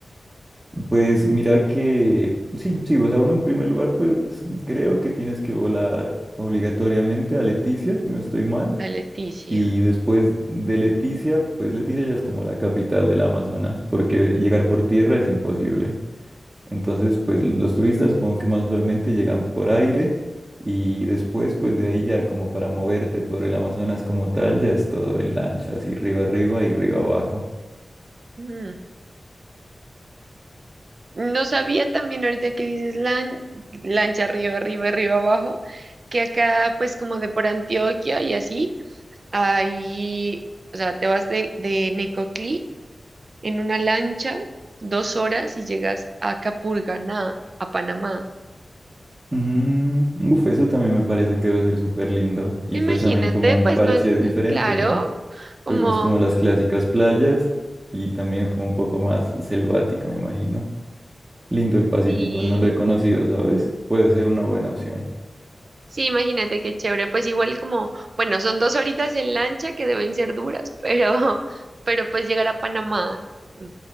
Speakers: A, on the right; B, on the right.
A: pues mira que, sí, sí, o sea, uno en primer lugar, pues creo que tienes que volar obligatoriamente a Leticia, si no estoy mal.
B: a Leticia.
A: Y después de Leticia, pues Leticia ya es como la capital del Amazonas, porque llegar por tierra es imposible. Entonces, pues los turistas supongo que más usualmente llegan por aire y después, pues de ahí ya como para moverte por el Amazonas como tal, ya es todo en lancha, así arriba arriba y arriba abajo.
B: Mm. No sabía también ahorita que dices lan- lancha arriba, arriba, arriba, abajo, que acá pues como de por Antioquia y así, ahí, o sea, te vas de, de Necoclí en una lancha dos horas y llegas a Capurganá, a Panamá.
A: Mm, uf, eso también me parece que debe ser súper lindo y
B: Imagínate,
A: pues también como un
B: pues
A: parche
B: no es
A: diferente,
B: claro,
A: ¿no?
B: como,
A: Pues no es como las clásicas playas y también es como un poco más selvático, me imagino. Lindo el Pacífico,
B: sí,
A: no lo he conocido, ¿sabes? Puede ser una buena opción.
B: Sí, imagínate qué chévere. Pues igual como, bueno, son dos horitas en lancha que deben ser duras, <laughs> pero, pero pues llegar a Panamá mm,